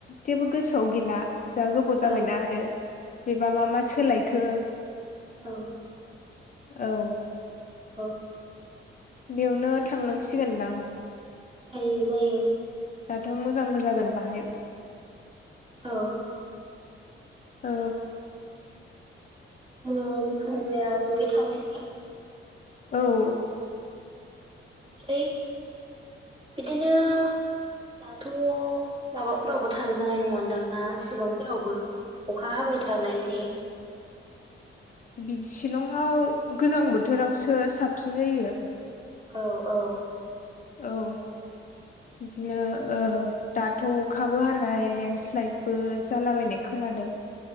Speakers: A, on the left; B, on the right.
A: जेबो गोसोआव गैला। जा गोबाव जाबायना
B: औ
A: आरो बेबा
B: औ
A: मा मा सोलायखो
B: औ
A: औ
B: औ।
A: बेयावनो थांनांसिगोनदां।
B: जायो जायो
A: दाथ' मोजांबो जागोन बेहाय
B: औ।
A: औ।
B: ओ जिखुनु जाया जयै थांदिनि।
A: औ।
B: ओमफ्राय बिदिनो। दाथ' माबाफोरावबो थांजानाय नङा ननदां ना शिलंफोरावबो? अखा हाबाय थानाय जे,
A: बे शिलंआव गोजां बोथोरावसो साबसिन जायो,
B: औ औ।
A: औ। बिदिनो ओ दाथ' अखाबो हानाय लेन्डस्लाइदबो जालाबायनाय खोना। नादों